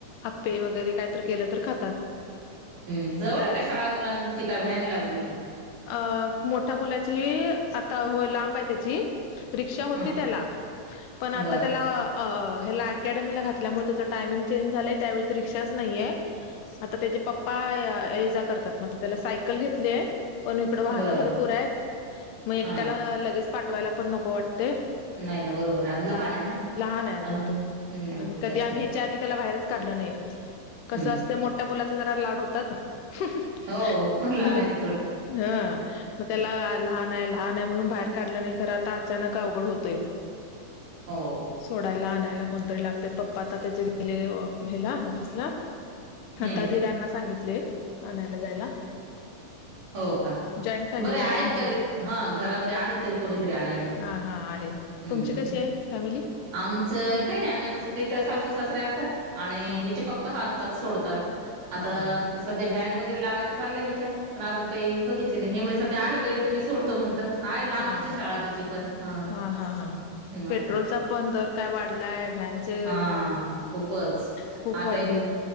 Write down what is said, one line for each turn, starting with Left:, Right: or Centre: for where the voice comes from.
Left: आप्पे वगैरे कायत केलं तर खातात.
Right: हम् जवळ एका शाळा मुलांची का व्हॅन लावली?
Left: अ मोठ्या मुलाची आता हो लांब आहे त्याची. रिक्षा होती
Right: हा
Left: त्याला पण आता
Right: बरं
Left: त्याला अ ह्याला अकॅडमीला घातल्यामुळे त्याच टायमिंग चेंज झालंय त्यावेळीच रिक्षाच नाहीये. आता त्याचे पप्पा ये जा करतात मग त्याला सायकल घेतली. पण इकड वाहनं
Right: बरोबर
Left: भरपूर आहेत मग एकट्याला
Right: हा
Left: लगेच पाठवायला पण नको वाटते
Right: नाही ना बरोबर आहे लहान आहे ना
Left: लहान आहे अजून
Right: अन
Left: तो
Right: हम्म
Left: आणि कधी
Right: त्याच्यामुळे
Left: आम्ही ह्याच्या आधी त्याला बाहेरच काढलं नाही कस
Right: हम्म
Left: असते मोठ्या मुलाचे जरा लाड होतात हम्म
Right: हो लनाच
Left: हा मग त्याला लहान आहे लहान आहे म्हणून बाहेर काढलं नाही खर आता अचानक अवघड होतय
Right: हो
Left: सोडायला आणायला कोणतरी लागते पप्पा आता त्याचे गेले हला ऑफिसला
Right: हम्म
Left: आता धीरांना सांगितले आणायला जायला
Right: हो का
Left: जॉईंट फॅमिली
Right: बरे आहेत
Left: आहे ना आमची
Right: कारी हा घरामध्ये आहेत तरी कोणीतरी आणायला पण
Left: हा
Right: हम्म
Left: हा आहेत तुमची कशी आहे फॅमिली
Right: आमचं काही नाही आम्ही आता सध तर सासू सासऱे असतात आणि
Left: हा
Right: हिचे पप्पा सांधतात सोडतात आता
Left: हा हा हा
Right: सध्या व्हॅन वगैरे लावायचं चाललंय विचारणज काही बघितली नाही हे म्ह सध्या आहे वेळ तर मी सोडतो म्हणतात. आहे लांबची
Left: हा
Right: शाळा त्याची पण ह
Left: हा हा हा
Right: मग
Left: पेट्रोलचा
Right: काय.
Left: पण दर काय वाढलाय व्हॅनचे
Right: हा खूपच
Left: खूप
Right: आता
Left: वाढले